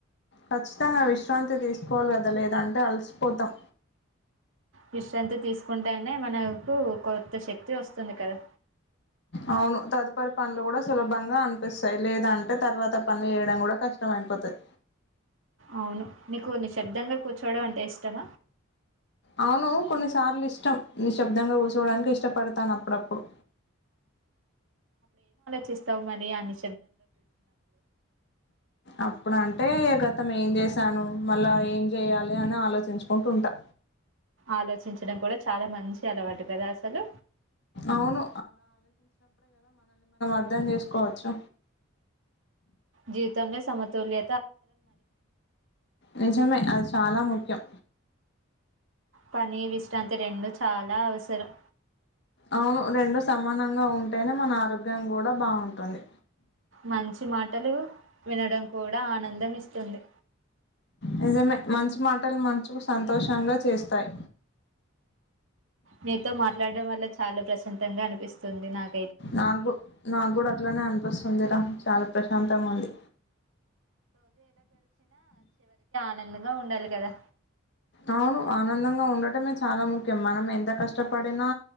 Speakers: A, on the left; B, on the right.
A: ఖచ్చితంగా విశ్రాంతి తీసుకోవాలి కదా లేదంటే అలసిపోతాం
B: విశ్రాంతి తీసుకుంటేనే మనకు కొత్త శక్తి వస్తుంది కదా
A: అవును తదుపరి పనులు కూడా సులభంగా అనిపిస్తాయి లేదంటే తర్వాత పనులు వేయడం కూడా కష్టం అయిపోతాయి
B: అవును నీకు నిశ్శబ్దంగ కూర్చోవడం అంటే ఇష్టమ
A: అవును కొన్నిసార్లు ఇష్టం నిశబ్దంగా కూ డానికి ఇష్టపడతాను అప్పుడప్పుడు
B: చిస్తావు మరి అని
A: అప్పుడు అంటే గతం ఏం చేసి శాను మళ్ళా ఏం చెయ్యాలి అని ఆలోచించుకుంటూ ఉంటా
B: ఆలోచించడం కూడా చాలా మంచి అలవాటు కదా అసలు
A: అవును అర్ధం చేసుకోవచ్చు
B: జీతంనే సమతుల్య
A: నిజమే అది చాలా ముఖ్యం
B: పని విశ్రాంతి రెండు చాలా అవసరం
A: అవును రెండు సమానంగా ఉంటేనే మన ఆరోగ్యం కూడా బాగుంటుంది
B: మంచి మాటలు వినడం కూడ ఆనందం ఇస్తుంది
A: నిజమే మంచి మాటలు మనసుకు సంతోషంగా చేస్తాయి
B: నీతో మాట్లాడడం వల్ల చాలా ప్రశాంతంగా అనిపిస్తుంది నాకు
A: నాకు నాకు కూడా అట్లానే అనిపిస్తుంది రా చాలా ప్రశాంతంగా ఉంది
B: ఆనందం గా ఉండాలి కదా
A: అవును ఆనందంగా ఉండటమే చాలా ముఖ్యం మనం ఎంత కష్టపడినా